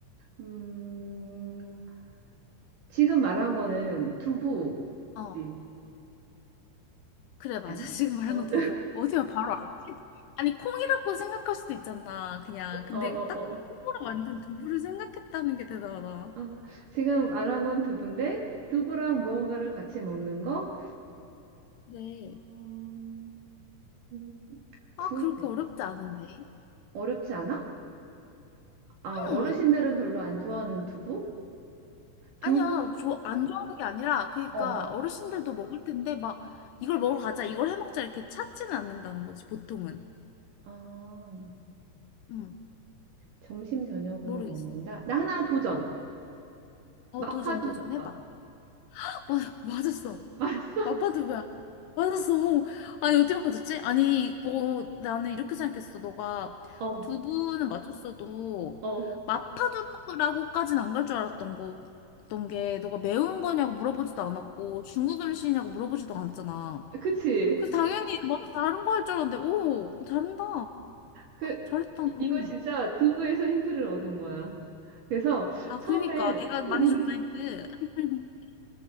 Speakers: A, on the right (about 55°); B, on the left (about 75°).
A: 음 지금 말한 거는 두부지
B: 어, 그래, 맞아.
A: 아니야?
B: <laughs> 지금 말한
A: 어
B: 거 누구야? 어디야, 바로 알지? 아니, 콩이라고 생각할 수도 있잖아, 그냥. 근데
A: 어, 어,
B: 딱
A: 어.
B: 콩으로 만든 두부를 생각했다는 게 대단하다.
A: 어, 어. 지금 알아본 건 두부인데, 두부랑 무언가를 같이 먹는 거?
B: 그래.
A: 음, 음,
B: 아,
A: 두부.
B: 그렇게 어렵지 않은데.
A: 어렵지 않아? 아, 어르신들은
B: 응.
A: 별로 안 좋아하는 두부?
B: 아니야,
A: 두부?
B: 저 안 좋아하는 게 아니라, 그러니까
A: 어.
B: 어르신들도 먹을 텐데, 막, 이걸 먹으러 가자, 이걸 해 먹자, 이렇게 찾지는 않는다는 거지, 보통은.
A: 아,
B: 응,
A: 점심, 저녁으로
B: 모르겠어.
A: 먹는다? 나 하나 도전.
B: 어,
A: 마파두부밥.
B: 도전, 도전, 해봐. <laughs> 맞, 맞았어.
A: 맞았어?
B: 맞봐도 왜? 안- 맞았어. 아니, 어떻게 맞았지? 아니, 이거, 나는 이렇게 생각했어. 너가
A: <laughs> 어,
B: 두부는 맞췄어도,
A: 어.
B: 마파두부라고까지는 안 갈 줄 알았던 거, 어떤 게 너가 매운 거냐고 물어보지도 않았고 중국 음식이냐고 물어보지도 않았잖아.
A: 그치?
B: 그 당연히 뭐 다른 거 할 줄 알았는데 오 잘한다
A: 그,
B: 잘했다
A: 이-
B: 너.
A: 이거 진짜 두부에서 힌트를 얻은 거야. 그래서
B: 아
A: 처음에,
B: 그니까 내가
A: 음,
B: 많이 줬다
A: 음,
B: 했지. <laughs>